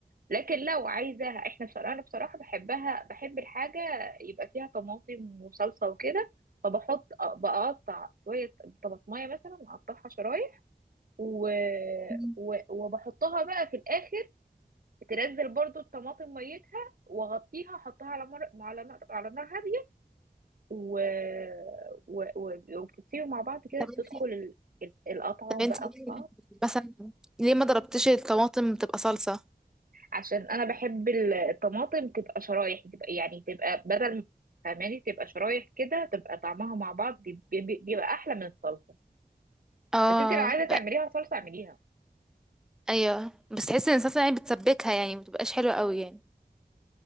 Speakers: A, on the right (about 60°); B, in the centre.
A: لكن لو عايزاها احنا بصراحه انا بصراحه بحبها بحب الحاجه يبقى فيها طماطم وصلصه وكده فبحط بقطع شويه طماطمايه مثلا اقطعها شرايح و...
B: مم.
A: و... وبحطها بقى في الاخر تنزل برضو الطماطم ميتها واغطيها احطها على مر... على نار على نار هاديه و... و... و... وبتتسيبوا مع بعض كده
B: طب
A: تدخل
B: انتي
A: ال... ال- القطعه
B: طب انتي
A: بقى
B: ليه
A: في بعض
B: مثلا ليه ما ضربتيش الطماطم بتبقى صلصه
A: عشان انا بحب ال- الطماطم تبقى شرايح تبقى يعني تبقى بدل فاهماني تبقى شرايح كده تبقى طعمها مع بعض بي- بي- بيبقى احلى من الصلصه
B: اه
A: بس انت لو عايزه تعمليها صلصه اعمليها
B: ايوه بس تحسي ان الصلصه يعني بتسبكها يعني ما بتبقاش حلوه قوي يعني